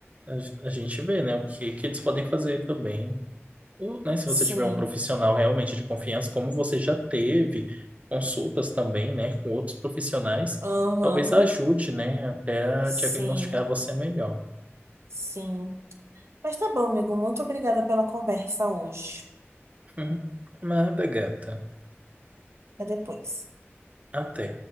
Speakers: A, on the right; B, on the right.
A: a ge- a gente vê, né, o que, que eles podem fazer também. Ou, né, se
B: sim,
A: você tiver um profissional realmente de confiança, como você já teve consultas também, né, com outros profissionais,
B: aham,
A: talvez ajude, né, até a
B: sim,
A: diagnosticar você melhor.
B: sim. Mas tá bom, amigo. Muito obrigada pela conversa hoje.
A: <laughs> Nada, gata.
B: Até depois.
A: Até.